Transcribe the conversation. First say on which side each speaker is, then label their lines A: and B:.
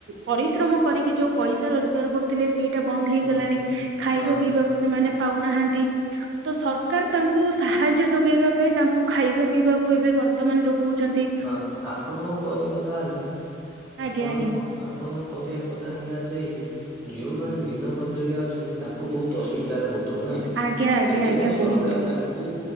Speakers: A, on the right; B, on the right.
A: ପରିଶ୍ରମ କରିକି ଯୋଉ ପଇସା ରୋଜଗାର କରୁ ଥିଲେ ସେଇଟା ବନ୍ଦ ହେଇଗଲାଣି
B: ହଁ
A: ଖାଇବା
B: ହଁ
A: ପିଇବାକୁ ସେମାନେ ପାଉନାହାନ୍ତି। ତ ସରକାର ତାଙ୍କୁ ସାହାଯ୍ୟ ଯୋଗେଇବା ପାଇଁ ତାଙ୍କୁ ଖାଇବା ପିଇବାକୁ ଏବେ ବର୍ତ୍ତମାନ ଯୋଗଉଚନ୍ତି।
B: ହଁ ଆପଣଙ୍କ କହିବା କଥା ହେଲା
A: ଆଜ୍ଞା
B: ଆପଣଙ୍କ
A: ଆଜ୍ଞା
B: ଆପଣ କହିବା କଥା ହେଲାଯେ କି ଯୋଉମାନେ ଦିନ ମଜୁରିଆ ଅଛନ୍ତି ତାଙ୍କୁ ବହୁତ୍ ଅସୁବିଧାରେ ହଉ ଥିବ ନାଇଁ
A: ଆଜ୍ଞା ଆଜ୍ଞା
B: ସେଥିପାଇଁ
A: ଆଜ୍ଞା
B: ସରକାର
A: ବହୁତ।
B: ତା କୁ